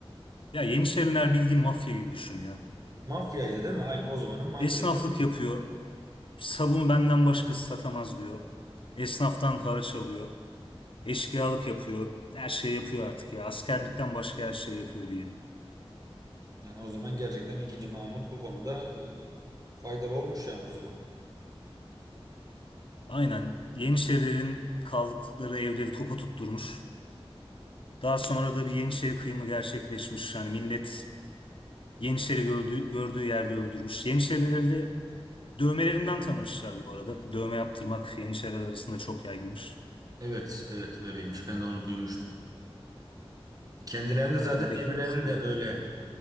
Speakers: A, on the left; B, on the right.
A: Ya Yeniçeriler bildiğin mafya gibi düşün ya.
B: Mafyaydı değil mi? Aynen o zamanın mafyası.
A: Esnaflık yapıyor. Sabunu benden başkası satamaz diyor. Esnaftan haraç alıyor. Eşkıyalık yapıyor. Her şeyi yapıyor artık ya. Askerlikten başka her şeyi yapıyor diyelim.
B: Yani o zaman gerçekten ikinci Mahmut bu konuda e, faydalı olmuş yani o zaman.
A: Aynen. Yeniçerilerin kaldıkları evleri topa tutturmuş. Daha sonra da bir Yeniçeri kıyımı gerçekleşmiş. Yani millet Yeniçeri gördüğü, gördüğü yerde öldürmüş. Yeniçerileri de dövmelerinden tanımışlar bu arada. Dövme yaptırmak Yeniçeriler arasında çok yaygınmış.
B: Evet, evet öyleymiş. Ben de onu duymuştum. Kendilerini de
A: Aynen
B: zaten
A: beklemezsin
B: birbirlerini
A: oğlum.
B: de öyle